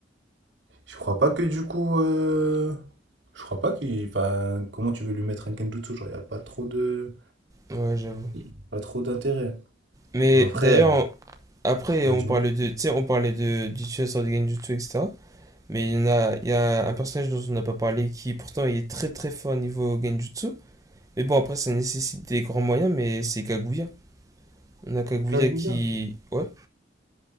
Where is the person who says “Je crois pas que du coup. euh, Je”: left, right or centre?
Right